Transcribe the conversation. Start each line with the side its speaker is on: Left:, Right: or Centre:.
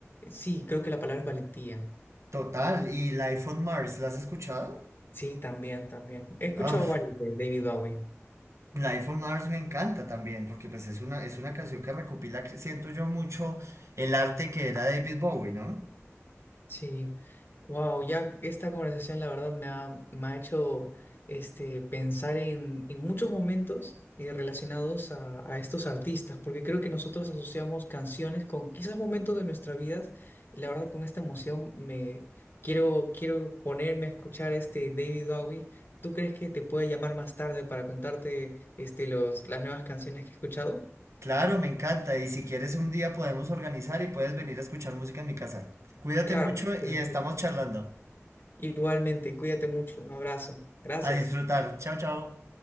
Left: Sí, creo que la palabra es valentía.
Right: Total. ¿Y Life on Mars? ¿La has escuchado?
Left: Sí, también, también. He escuchado
Right: Uf,
Left: varios de David Bowie.
Right: Life on Mars me encanta también, porque pues es una, es una canción que recopila, que siento yo mucho, el arte que era David Bowie, ¿no?
Left: Sí, wow, ya esta conversación la verdad me ha, me ha hecho este, pensar en, en muchos momentos eh, relacionados a, a estos artistas, porque creo que nosotros asociamos canciones con quizás momentos de nuestra vida, y la verdad con esta emoción me quiero, quiero ponerme a escuchar este David Bowie. ¿Tú crees que te pueda llamar más tarde para contarte este, los, las nuevas canciones que he escuchado?
Right: Claro, me encanta. Y si quieres un día podemos organizar y puedes venir a escuchar música en mi casa. Cuídate
Left: Claro,
Right: mucho
Left: perfecto.
Right: y estamos charlando.
Left: Igualmente, cuídate mucho, un abrazo, gracias.
Right: A disfrutar. Chao, chao.